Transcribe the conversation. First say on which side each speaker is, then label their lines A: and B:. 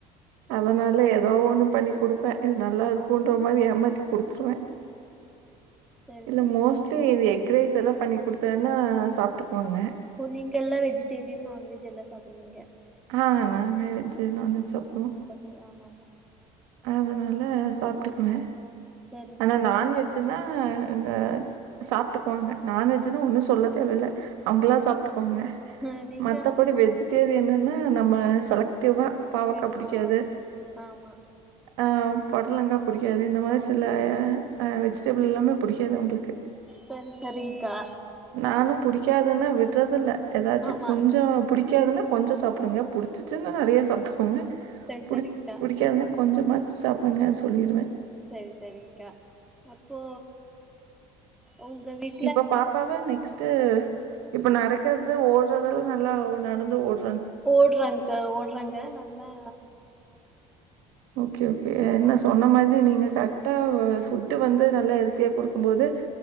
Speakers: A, on the right; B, in the centre.
A: அதனால எதோ ஒண்ணு பண்ணி குடுப்பே இது நல்லா இருக்குன்ற மாறி ஏமாத்தி குடுத்துருவே
B: சரி
A: இல்ல
B: சரி
A: மோஸ் ட்லி இந்த எக் ரைஸ் எல்லா பண்ணி குடுத்தேன்னா சாப்ட்டுக்குவாங்க
B: ஓ நீங்க எல்லா வெஜிடேரியன் நான்வெஜ் எல்லா சாப்பிடுவீங்க
A: ஆ நாங்க வெஜ்ஜு நான்வெஜ் சாப்
B: பசங்க ஆமா ஆமா
A: அதனால சாப்ட்டுக்குவே
B: சரிங்
A: ஆனா
B: சரிங்
A: நான்வெஜ் னா அங்க சாப்ட்டுக்குவாங்க நான்வெஜுன்னு ஒன்னு சொல்ல தேவ இல்ல அவுங்களா சாப்ட்டுக்குவாங்க
B: ஆ நீங்க
A: மத்தபடி வெஜிடேரியன்னுன்னு நம்ம செலக்டிவா பாவக்கா
B: ஏதாவது
A: புடிக்காது
B: பா ஆமா
A: அ பொட்லங்கா புடிக்காது இந்த மாரி சாப் சிலய அ வெஜிடபிள் எல்லாமே புடிக்காது அவுங்களுக்கு
B: செரி செரிங் கா
A: நானு புடிக்காதுன்னா விட்றது இல்ல ஏதாச்சு
B: ஆமா
A: கொஞ்சோ புடி க்காதுன்னா கொஞ்சொ சாப்டுங்க புடுச்சுச்சுன்னா நெறயா சாப்ட்டுக்கோங்க
B: சரி
A: புடுச்
B: சரிங்க்கா
A: புடிக்காதுன்னா கொஞ்சமாச்சு சாப்டுங்க சொல்லிடுவே
B: செரி செரிங்க்கா அப்போ ஒங்க வீட்
A: இப்ப பாப்பாவெ நெக்ஸ்ட்டு இப்ப நடக்றது ஓடுறதெல்லா நல்லா நடந்து ஓடு
B: ஓடுறான்க்கா ஓடுறாங்க நல்லா
A: ஓகே ஓகே என்ன
B: ஓடுறாங்க
A: சொன்ன மாதி நீங்க கரெக் டா ஃபுட்டு வந்து நல்லா ஹெல்த்தியா குடுக்கும்போது